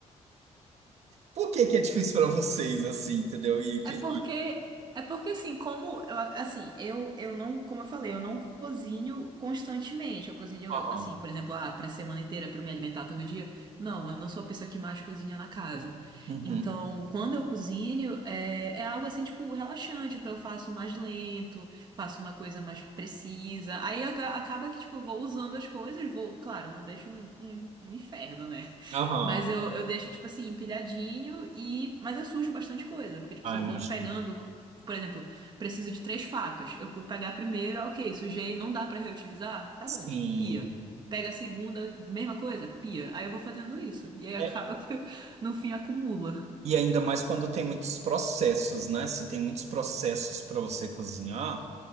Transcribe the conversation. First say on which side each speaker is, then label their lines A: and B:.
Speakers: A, on the right; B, on the right.
A: Por que que é difícil pra vocês assim, entendeu? E, que-
B: É porque, é porque assim, como eu, assim, eu, eu não, como eu falei, eu não cozinho constantemente. Eu cozinho,
A: Aham.
B: assim, por exemplo, ah, pra semana inteira pra eu me alimentar todo dia. Não, eu não sou a pessoa que mais cozinha na casa.
A: Uhum.
B: Então, quando eu cozinho, é, é algo assim, tipo, relaxante. Então, eu faço mais lento, faço uma coisa mais precisa. Aí aga- acaba que, tipo, eu vou usando as coisas, vou, claro, não deixo um, um um inferno, né?
A: Aham.
B: Mas eu, eu deixo, tipo assim, empilhadinho e. Mas eu sujo bastante coisa. Porque, tipo,
A: Ah,
B: se eu
A: imagino.
B: vou pegando, por exemplo, preciso de três facas. Eu vou pegar a primeira, ok, sujei, não dá pra reutilizar? Tá
A: Sim.
B: bom, pia. Pega a segunda, mesma coisa, pia. Aí eu vou fazendo isso. E aí acaba
A: É,
B: que eu, no fim acumula.
A: e ainda mais quando tem muitos processos, né? Se tem muitos processos para você cozinhar,